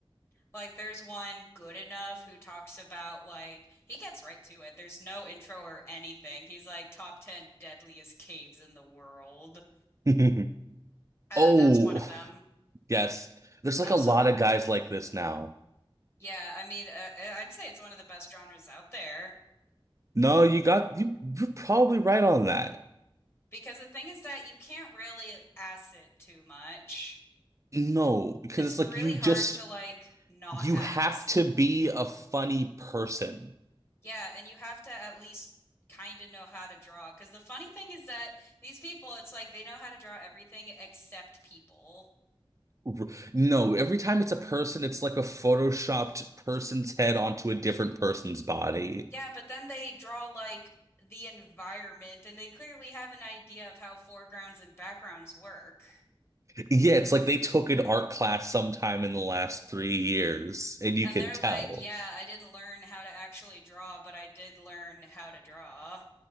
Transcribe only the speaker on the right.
<laughs>
Oh,
yes. There's like
a lot of guys like this now.
No, you got you, you're probably right on that.
No, because
it's like
you
just
you
have to be a funny person.
R- No, every time it's a person, it's like a photoshopped person's head onto a different person's body.
Yeah, it's like they took an art class sometime in the last three years, and you
can
tell.